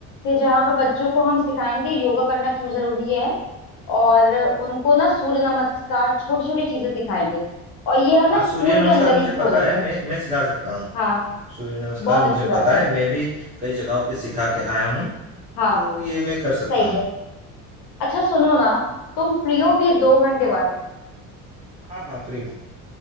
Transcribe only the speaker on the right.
हाँ सूर्य
नमस्कार
मुझे
पता है मैं मैं सिखा सकता हूँ
सूर्य नमस्कार
मुझे
पता
है मैं भी कई जगहों पे सिखा के आया हूँ
तो ये मैं कर सकता
हूँ
हाँ हाँ फ्री हूँ